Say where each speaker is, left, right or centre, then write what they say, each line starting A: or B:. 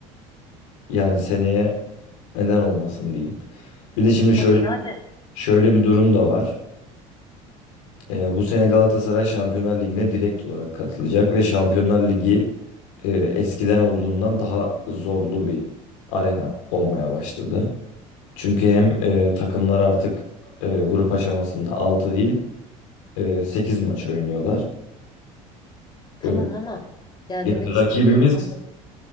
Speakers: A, on the left; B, on the left.
A: Yani seneye neden olmasın diyeyim. Bir de şimdi şöyle
B: Ama yani
A: şöyle bir durum da var. Ee, bu sene Galatasaray Şampiyonlar Ligi'ne direkt olarak katılacak ve Şampiyonlar Ligi e, eskiden olduğundan daha zorlu bir arena olmaya başladı. Çünkü hem e, takımlar artık e, grup aşamasında 6 değil e, 8 maç oynuyorlar.
B: tamam
A: E,
B: ama yani
A: yani
B: demek
A: rakibimiz
B: istediğini anladım.